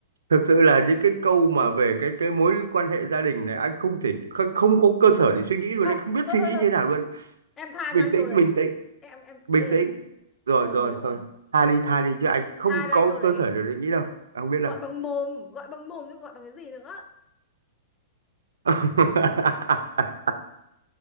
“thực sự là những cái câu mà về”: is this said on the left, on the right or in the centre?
Right